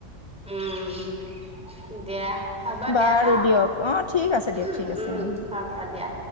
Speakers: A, in the centre; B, on the left.
A: উম দিয়া হ'ব
B: বাৰু
A: দিয়া ন
B: দিয়ক অ ঠিক আছে দিয়ক
A: উম
B: ঠিক আছে
A: উম
B: অ।
A: হ'ব দিয়া